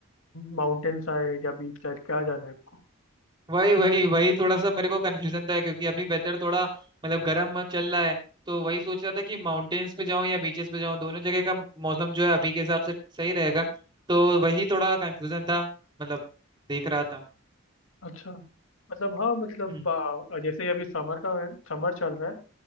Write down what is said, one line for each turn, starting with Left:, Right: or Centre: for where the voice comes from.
Left: माउंटेन साइड या बीच साइड क्या जाना है आपको
Right: वही वही वही थोड़ा सा मेरे को कंफ्यूजन था क्योंकि अभी वेदर थोड़ा मतलब गर्म चल रहा है तो वही सोच रहा था कि माउंटेन्स पे जाऊं या बीचेस पे जाऊं दोनों जगह का मौसम जो है अभी के हिसाब से सही रहेगा तो वही थोड़ा कंफ्यूजन था मतलब देख रहा था
Left: अच्छा मतलब हाँ मतलब
Right: हम्म
Left: आ, जैसे ही अभी समर का है समर चल रहा है